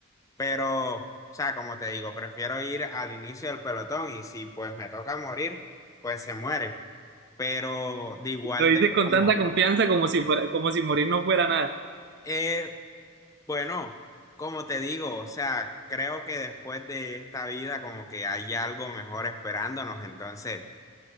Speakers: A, on the left (about 15°); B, on the right (about 55°).
A: Pero, o sea, como te digo, prefiero ir al inicio del pelotón y si pues me toca morir, pues se muere. Pero de igual
B: Lo dices
A: tengo
B: con
A: como,
B: tanta confianza como si fuera, como si morir no fuera nada.
A: eh, bueno, como te digo, o sea, creo que después de esta vida como que hay algo mejor esperándonos, entonces...